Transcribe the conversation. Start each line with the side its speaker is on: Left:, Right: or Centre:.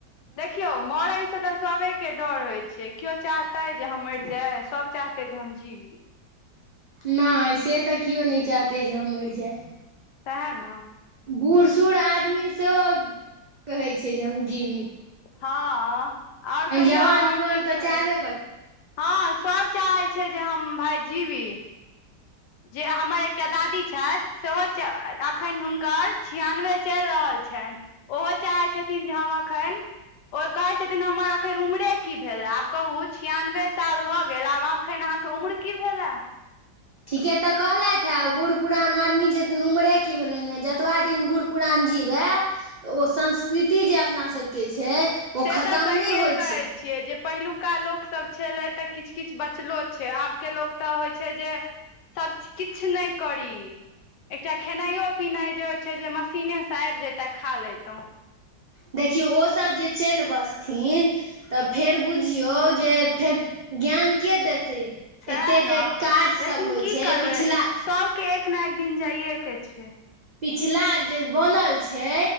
Left: देखियौ मर ईस तऽ सबे के डर होय छै केओ चाहते जे हम मरि जाय सब चाहते जे हम जीवी
Right: नाय से तऽ किओ नै चाहतै जे हम मरि जाइ
Left: सएह न
Right: बूढ़ सूढ़ आदमी से कहै छय जे हम जिवी
Left: हँ ओर कहियौ
Right: जवान
Left: ओर
Right: जुआन
Left: कीसब
Right: तऽ
Left: होइ
Right: चाहबे
Left: छै
Right: करतै
Left: हँ सभ चाहै छै जे हम भाय जीबी जे हमर एकटा दादी छथि सेहो एखन हुनकर छियानबे चलि रहल छइन ओहो चाहै छथिन जे हम अखेन ओ कहै छथिन हमर एखन उमरे की भेलै आब कहू छियानबे साल भऽ गेल आब एखन अहाँके उम्र की भेलए
Right: ठीके तऽ कहलथि हे ओ बूढ़ पुरान आदमी जे उमरे की भेलनि हैं जतबा दिन बुढ़ पुराण जीवए तऽ ओ संस्कृति जे अपनासबके छै ओ
Left: से
Right: खतम
Left: तऽ सहियए
Right: नहि होइ
Left: कहै
Right: छै
Left: छियै जे पहिलुका लोकसब छलै तऽ किछ किछ बचलो छै आब के लोक तऽ होइत छै जे सब किछ नहि करी एकटा खेनाइयो पिनाइ जे होइ छै जे मशीनेसँ आबि जैतै खा लैतहुँ
Right: देखियौ ओसब जे चइल बसथिन तऽ फेर बुझियौ जे फेर ज्ञान के देतै
Left: सैहे
Right: एते
Left: न
Right: जे काज
Left: लेकिन
Right: सब होइ
Left: की
Right: छै
Left: करबै
Right: पिछला
Left: सबके एक ने एक दिन जाइए के छै
Right: पिछला जे बनल छै